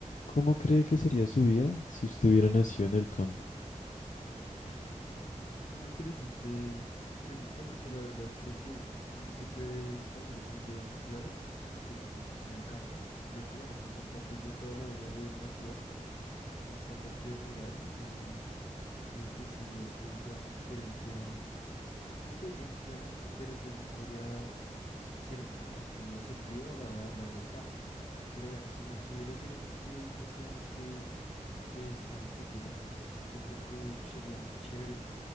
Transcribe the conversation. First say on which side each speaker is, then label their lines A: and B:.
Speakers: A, on the left; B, on the left.
A: ¿Cómo cree que sería su vida si usted hubiera nacido en el campo?
B: Mm, Es una interesante pregunta porque la verdad creo que uf, uno no se puede hacer una idea muy clara de cómo funciona el campo, ya que bueno, por mi parte yo toda la vida he vivido en la ciudad, en esta parte rural y creo que sí ha sido toda una experiencia, pues supongo que bien, buena, pero pues no podría ser como muy asertivo a la hora de hablar del campo. Pero bueno, si me pudiera hacer en este, ya sea en este eh, escenario hipotético, yo creo que sería muy chévere